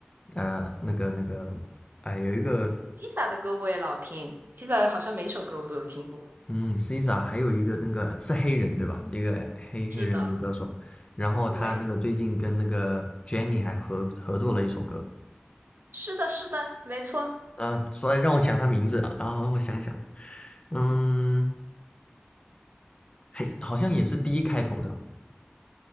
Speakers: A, on the left (about 30°); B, on the right (about 55°).
A: 呃，那个那个，哎，有一个，
B: ？Tisa 的歌我也老听，Tisa 好像每首歌我都有听过。
A: 嗯，Caesar，还有一个那个是黑人对吧？这个黑黑人女歌手，
B: 是的，
A: 然后他那个最近跟那个
B: 对，
A: Jennie 还合合作了一首歌，
B: 是的，是的，没错。
A: 嗯、所以让我想他名字啊，然后我想想，嗯，嘿，好像也是 D 开头的，